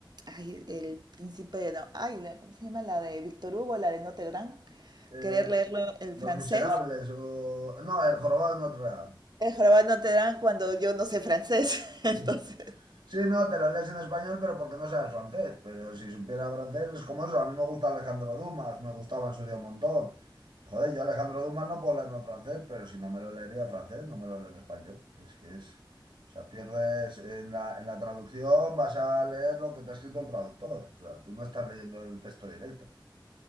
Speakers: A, on the right; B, on the right.
A: ay, el príncipe, no, ay, la- ¿cómo se llama? La de Víctor Hugo, la de Notre Dame,
B: eh,
A: querer leerlo el
B: Los
A: francés,
B: Miserables o... No, El Jorobado de Notre Dame.
A: el jorobado de Notre Dame cuando yo no sé francés, <laughs> entonces.
B: Mm. Sí, no, te lo lees en español, pero porque no sabes francés. Pero si supiera francés, es como eso. A mí me gusta Alejandro Dumas, me gustaba en su día un montón. Joder, yo Alejandro Dumas no puedo leerlo en francés, pero si no me lo leería en francés, no me lo leo en español. Es que es. O sea, pierdes en la, en la traducción, vas a leer lo que te ha escrito el traductor. O sea, tú no estás leyendo el texto directo.